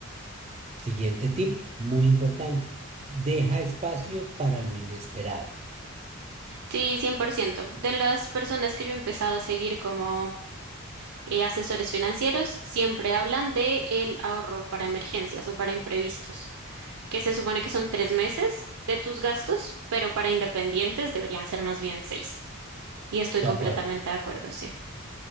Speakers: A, on the right (about 30°); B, on the right (about 90°).
A: Siguiente tip, muy importante. Deja espacio para lo inesperado.
B: Sí, 100%. De las personas que yo he empezado a seguir como eh, asesores financieros, siempre hablan de el ahorro para emergencias o para imprevistos, que se supone que son tres meses de tus gastos, pero para independientes deberían ser más bien seis. Y estoy
A: De
B: completamente
A: acuerdo,
B: de acuerdo, sí.